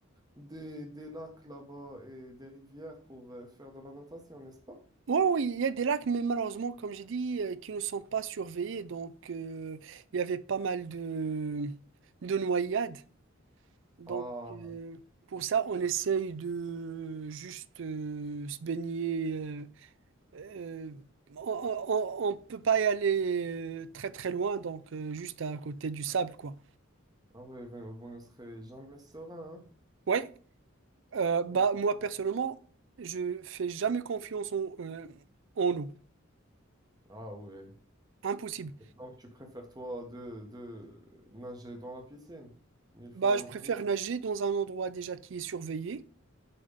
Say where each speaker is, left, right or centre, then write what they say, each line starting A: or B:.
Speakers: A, on the right; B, on the right.
A: des, des lacs là-bas et des rivières pour euh, faire de la natation, n'est-ce pas?
B: Oui, oui, il y a des lacs, mais malheureusement, comme j'ai dit, euh, qui ne sont pas surveillés. Donc, euh, il y avait pas mal de, de noyades. Donc,
A: Ah,
B: euh, pour ça, on essaye de juste euh, se baigner euh, Euh, on ne peut pas y aller euh, très très loin, donc euh, juste à côté du sable, quoi.
A: ah ouais, vous, vous ne serez jamais serein, hein?
B: Oui, euh, bah,
A: Ouais, c'est
B: moi
A: vraiment-
B: personnellement, je fais jamais confiance en, euh, en eau.
A: Ah ouais.
B: Impossible.
A: Donc tu préfères toi de, de nager dans la piscine? Mille fois
B: Bah, je préfère
A: mieux.
B: nager dans un endroit déjà qui est surveillé,